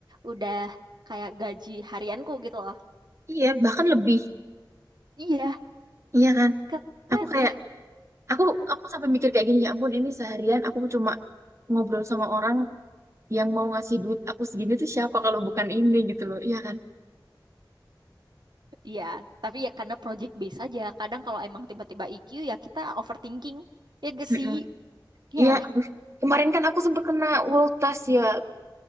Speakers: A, on the right; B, on the right.
A: udah kayak gaji harianku gitu loh
B: Iya, bahkan lebih.
A: iya
B: Iya kan?
A: keren
B: Aku kayak,
A: ya
B: aku aku sampai mikir kayak gini ya ampun ini seharian aku cuma ngobrol sama orang yang mau ngasih duit aku segini tuh siapa kalau bukan ini gitu loh. Iya kan?
A: iya tapi ya karena project base aja kadang kalau emang tiba-tiba IQ ya kita overthinking ya gak
B: Mm-mm.
A: sih ya
B: Iya, aduh. Kemarin kan aku sempat kena ultas ya.